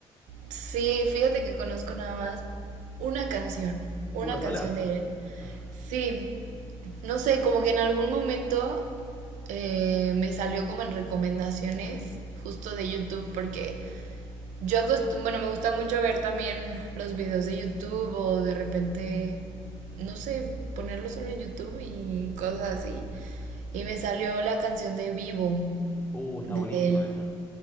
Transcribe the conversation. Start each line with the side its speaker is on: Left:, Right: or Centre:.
Right: Sí, fíjate que conozco nada más una canción, una
Left: ¿Una sola?
Right: canción de él.
Left: <laughs>
Right: Sí, no sé, como que en algún momento eh, me salió como en recomendaciones justo de YouTube porque yo acost- bueno, me gusta mucho ver también los videos de YouTube o de repente, no sé, ponerlo solo en YouTube y cosas así. Y me salió la canción de Vivo
Left: Uh, está
Right: de
Left: buenísima
Right: él.
Left: esa.